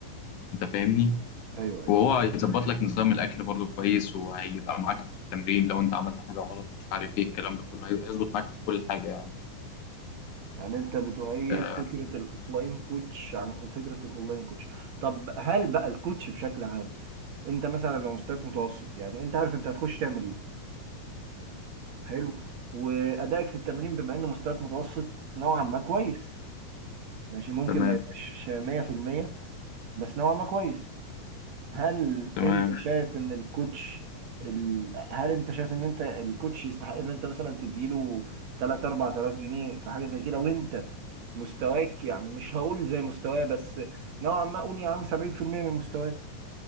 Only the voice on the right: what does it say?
ايوه ايوه
يعني انت بتؤيد
فكره الاوفلاين كوتش عن وفكره الاونلاين كوتش طب هل بقى الكوتش بشكل عام انت مثلا لو مستواك متوسط يعني انت عارف انت هتخش تعمل ايه حلو وادائك في التمرين بما ان مستواك متوسط نوعا ما كويس ماشي ممكن
ما يبقاش 100% بس نوعا ما كويس هل
انت شايف ان الكوتش ال... هل انت شايف ان انت الكوتش يستحق ان انت مثلا تديله 3 4000 جنيه في حاجه زي كده وانت مستواك يعني مش هقول زي مستواه بس نوعا ما اقول يا عم 70% من مستواه